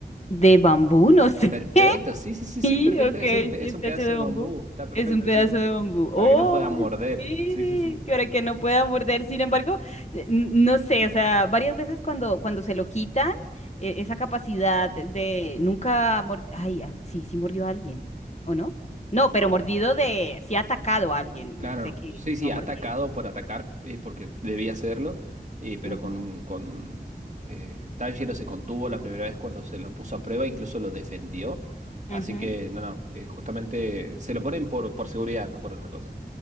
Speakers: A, on the left (about 45°); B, on the right (about 45°).
A: De bambú, no sé.
B: Perfecto,
A: <laughs>
B: sí, sí, sí, sí,
A: Sí,
B: perfecto.
A: ok,
B: Es un, pe-
A: sí
B: es
A: está
B: un pedazo
A: hecho de
B: de
A: bambú.
B: bambú, está perfecto,
A: Es un pedazo
B: sí.
A: de bambú.
B: Para
A: ¡Oh!
B: que no pueda morder.
A: Sí,
B: Sí, sí, sí.
A: que ahora que no pueda morder. Sin embargo, eh, n- no sé, o sea, varias veces cuando, cuando se lo quitan, eh, esa capacidad de nunca mord... Ay, ah, sí, sí mordió a alguien, ¿o no? No, pero mordido de... Sí ha atacado a alguien,
B: Claro,
A: sé
B: no,
A: que
B: sí, sí,
A: no ha
B: ha
A: mordido.
B: atacado por atacar, eh, porque debía hacerlo, eh, pero
A: Ujú,
B: con, con eh, Tanjiro se contuvo la primera vez cuando se lo puso a prueba, incluso lo defendió. Así
A: ujú.
B: que, no, no, eh, justamente se lo ponen por, por seguridad, no por otra cosa.